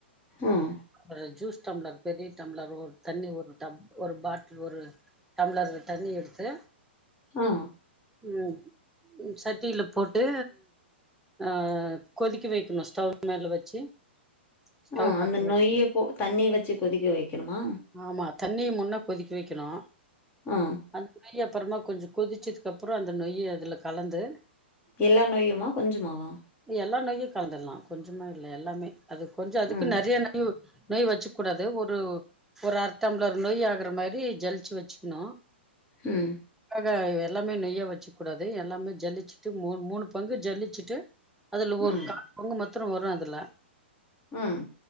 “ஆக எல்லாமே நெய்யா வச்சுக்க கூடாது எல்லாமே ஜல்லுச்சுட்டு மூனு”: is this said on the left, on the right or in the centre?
Centre